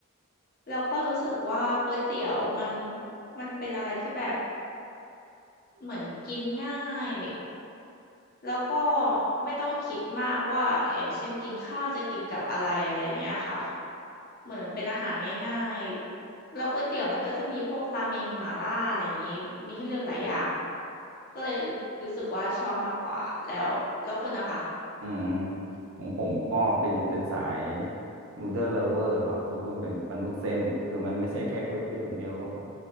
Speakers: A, on the left (about 45°); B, on the right (about 65°).
A: แล้วก็รู้สึกว่าก๋วยเตี๋ยวมันมันเป็นอะไรที่แบบเหมือนกินง่ายแล้วก็ไม่ต้องคิดมากว่าอย่างเช่นกินข้าวจะกินกับอะไรอะไรเงี้ยค่ะเหมือนเป็นอาหารง่ายๆแล้วก๋วยเตี๋ยวมันก็จะมีพวกราเมงหม่าล่าอะไรอย่างนี้มีให้เลือกหลายอย่างก็เลยรู้สึกว่าชอบมากกว่าแล้วแล้วคุณนะคะ
B: อืมของผมก็เป็นเป็นสายนูเดิลเลเวอร์ครับก็คือเป็นมนุษย์เส้นคือมันไม่ใช่แค่ก๋วยเตี๋ยวอย่างเดียวก็แบบ